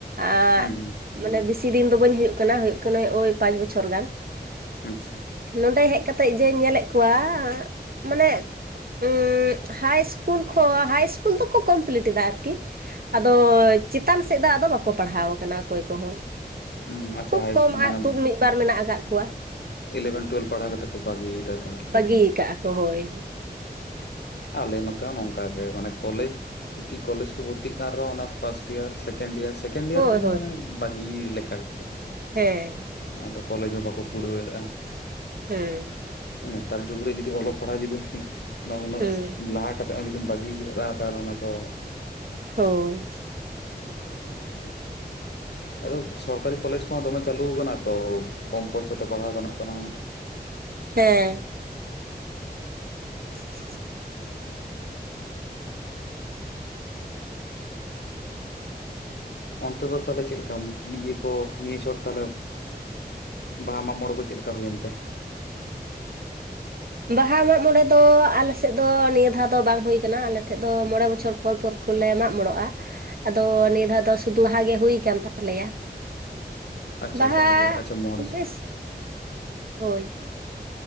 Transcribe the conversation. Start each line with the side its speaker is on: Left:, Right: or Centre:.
Right: ᱟᱨ
Left: ᱦᱩᱸ
Right: ᱢᱟᱱᱮ ᱵᱮᱥᱤ ᱫᱤᱱ ᱫᱚ ᱵᱟᱹᱧ ᱦᱩᱭᱩᱜ ᱠᱟᱱᱟ ᱦᱩᱭᱩᱜ ᱠᱟᱱᱟᱹ ᱳᱭ ᱯᱟᱸᱪ ᱵᱚᱪᱷᱚᱨ ᱜᱟᱱ᱾
Left: ᱟᱪᱪᱷᱟ᱾
Right: ᱱᱚᱸᱰᱮ ᱦᱮᱡ ᱠᱟᱛᱮᱜ ᱡᱮᱧ ᱧᱮᱞᱮᱫ ᱠᱚᱣᱟᱻ ᱢᱟᱱᱮ ᱩᱸᱻᱦᱟᱭ ᱤᱥᱠᱩᱞ ᱠᱚ ᱦᱟᱭ ᱤᱥᱠᱩᱞ ᱫᱚᱠᱚ ᱠᱚᱢᱯᱞᱤᱤᱴ ᱮᱫᱟ ᱟᱨᱠᱤ᱾ ᱠᱤ ᱟᱫᱚᱻ ᱪᱮᱛᱟᱱ ᱥᱮᱫ ᱫᱚ ᱟᱫᱚ ᱵᱟᱠᱚ ᱯᱟᱲᱦᱟᱣ ᱠᱟᱱᱟ ᱚᱠᱚᱭ ᱠᱚᱦᱚᱸ᱾
Left: ᱦᱩᱸ ᱟᱪᱪᱷᱟ
Right: ᱠᱷᱩᱵ
Left: ᱦᱟᱭ
Right: ᱠᱚᱢ
Left: ᱢᱟᱱᱮ
Right: ᱟᱜ ᱛᱩᱫ ᱢᱤᱫᱵᱟᱨ ᱢᱮᱱᱟᱜ ᱟᱠᱟᱫ ᱠᱚᱣᱟ᱾
Left: ᱤᱞᱮᱵᱷᱮᱱ ᱴᱩᱭᱮᱞᱵᱷ ᱯᱟᱲᱦᱟᱣ ᱠᱟᱛᱮᱫ ᱠᱚ ᱵᱟᱹᱜᱤᱭᱮᱫᱟ ᱛᱟᱦᱚᱞᱮ᱾
Right: ᱤᱭ ᱜᱠᱟᱼᱟ ᱾ ᱦᱳᱦᱳᱣᱟᱭ ᱢᱮ᱾
Left: ᱟᱞᱮ ᱱᱚᱛᱮ ᱦᱚᱸ ᱱᱚᱝᱠᱟ ᱜᱮ᱾ ᱢᱟᱱᱮ ᱠᱚᱞᱮᱡᱽ ᱡᱩᱫᱤ ᱠᱚᱞᱮᱡᱽ ᱠᱚ ᱵᱷᱚᱨᱛᱤᱜ ᱠᱟᱱ ᱨᱮᱦᱚᱸ ᱚᱱᱟ first year, second year second year
Right: ᱦᱳᱭ
Left: ᱛᱮᱫᱚ ᱢᱟᱱᱮ ᱵᱟᱹᱜᱤᱻ ᱞᱮᱠᱟ ᱜᱮ᱾
Right: ᱦᱮᱸᱻ
Left: ᱟᱫᱚ ᱠᱚᱞᱮᱡᱽ ᱦᱚᱸ ᱵᱟᱠᱚ ᱯᱩᱨᱟᱹᱣᱮᱫ-ᱟ,
Right: ᱦᱮᱸ
Left: ᱱᱮᱛᱟᱨ ᱡᱩᱜᱽ ᱨᱮ ᱡᱩᱫᱤ ᱚᱞᱚᱜ ᱯᱟᱲᱦᱟᱣ ᱡᱩᱫᱤ ᱩᱱᱟᱹᱜ
Right: ᱦᱮᱸ
Left: ᱞᱟᱦᱟ ᱠᱟᱛᱮ ᱦᱚᱸ ᱡᱩᱫᱤᱢ ᱵᱟᱹᱜᱤᱣᱚᱜ-ᱟ ᱛᱟᱦᱚᱞᱮ ᱚᱱᱟ ᱫᱚᱻ
Right: ᱦᱳᱭᱻ᱾
Left: <inaudible> ᱟᱫᱚ ᱥᱚᱨᱠᱟᱨᱤ ᱠᱚᱞᱮᱡᱽ ᱠᱚᱦᱚᱸ ᱫᱚᱢᱮ ᱪᱟᱞᱩ ᱟᱠᱟᱱᱟ ᱛᱚᱻ ᱠᱚᱢ ᱯᱚᱭᱥᱟ ᱛᱮ ᱯᱟᱲᱦᱟᱣ ᱜᱟᱱᱚᱜ ᱠᱟᱱᱟᱻ
Right: ᱦᱮᱸᱻ <inaudible>
Left: ᱚᱱᱛᱮ ᱫᱚ ᱛᱟᱦᱚᱞᱮ ᱪᱮᱫ ᱞᱮᱠᱟ ᱤᱭᱟᱹ ᱠᱚ ᱱᱤᱭᱟᱹ ᱪᱷᱚᱴ ᱛᱟᱦᱚᱞᱮ ᱵᱟᱦᱟ ᱢᱟᱜ ᱢᱚᱬᱮ ᱠᱚ ᱪᱮᱫ ᱞᱮᱠᱟ ᱦᱳᱭᱮᱱ ᱛᱮ?
Right: ᱵᱟᱦᱟ ᱢᱟᱜ ᱢᱚᱬᱮ ᱫᱚ ᱟᱞᱮ ᱥᱮᱫ ᱫᱚ ᱱᱤᱭᱟᱹ ᱫᱷᱟᱣ ᱫᱚ ᱵᱟᱝ ᱦᱳᱭ ᱟᱠᱟᱱᱟ ᱟᱞᱮ ᱴᱷᱮᱡ ᱫᱚ ᱢᱚᱬᱮ ᱵᱚᱪᱷᱚᱨ ᱯᱚᱨ ᱯᱚᱨ ᱠᱚᱞᱮ ᱢᱟᱜ ᱢᱚᱬᱚᱜ-ᱟ ᱾ ᱟᱫᱚ ᱱᱤᱭᱟᱹ ᱫᱷᱟᱣ ᱫᱚ ᱥᱩᱫᱩ ᱵᱟᱦᱟ ᱜᱮ ᱦᱩᱭ ᱠᱟᱱ ᱛᱟᱞᱮᱭᱟ ᱾
Left: ᱟᱪᱪᱷᱟ
Right: ᱵᱟᱦᱟ
Left: ᱜᱮ ᱟᱪᱪᱷᱟ ᱢᱚᱬᱮ ᱥᱮᱨᱢᱟ
Right: ᱵᱮᱥ ᱦᱳᱭ,